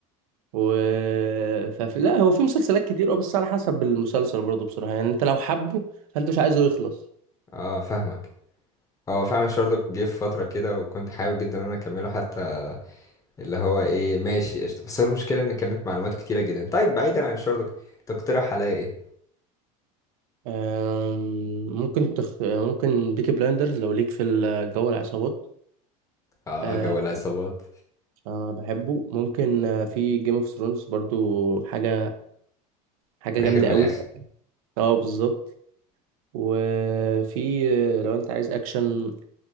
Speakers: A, on the right; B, on the left.
A: و ففي لا هو في مسلسلات كتير اه بس على حسب المسلسل برضه بصراحة يعني انت لو حبه فانت مش عايزه يخلص
B: اه فاهمك هو فعلا شارلوك جه في فترة كده وكنت حابب جدا ان انا اكمله حتى اللي هو ايه ماشي قشطة بس هو المشكلة ان كانت معلومات كتيرة جدا طيب بعيدا عن شارلوك تقترح عليا ايه؟
A: آم، ممكن تخ... آه، ممكن بيكي بلايندرز لو ليك في الجو العصابات
B: اه
A: آه،
B: جو العصابات
A: انا بحبه ممكن آه، في جيم اوف ثرونز برضو حاجه حاجه
B: فاخر
A: جامده
B: من
A: قوي
B: الاخر
A: اه بالظبط وفي آه، لو انت عايز اكشن